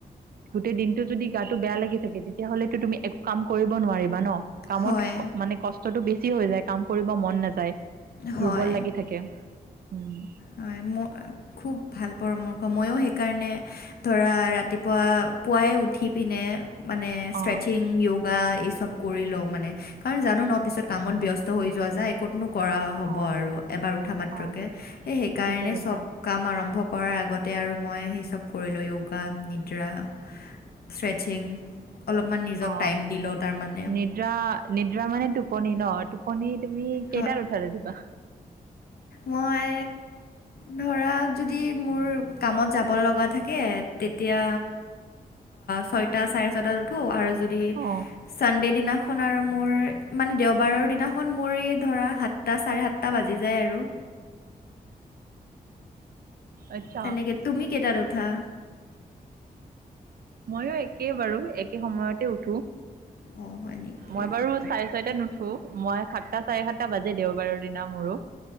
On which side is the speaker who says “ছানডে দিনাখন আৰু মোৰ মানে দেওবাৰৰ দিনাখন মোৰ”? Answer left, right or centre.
Left